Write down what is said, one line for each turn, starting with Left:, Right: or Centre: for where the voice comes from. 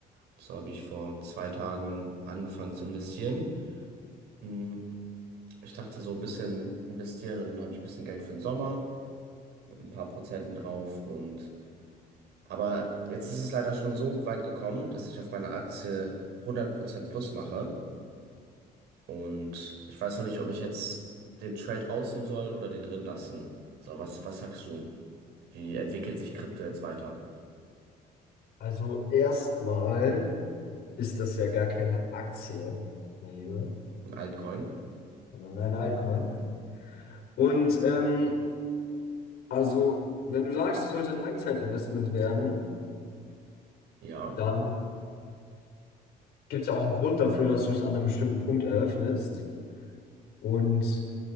Right: Und So habe ich vor zwei Tagen angefangen zu investieren. Hm, Ich dachte so ein bisschen investieren und dann habe ich ein bisschen Geld für den Sommer mit ein paar Prozenten drauf und aber jetzt ist es leider schon so weit gekommen, dass ich auf meine Aktie hundert Prozent plus mache. Und ich weiß noch nicht, ob ich jetzt den Trade rausnehmen soll oder den drin lassen. So, was, was sagst du? Wie entwickelt sich Krypto jetzt weiter?
Left: Also erstmal ist das ja gar keine Aktie, mein Lieber,
Right: Ein Altcoin?
Left: sondern ein Altcoin. Und ähm, also, wenn du sagst, es sollte ein Langzeitinvestment werden,
Right: Ja.
Left: dann gibt es ja auch einen Grund dafür, dass du es an einem bestimmten Punkt eröffnest. Und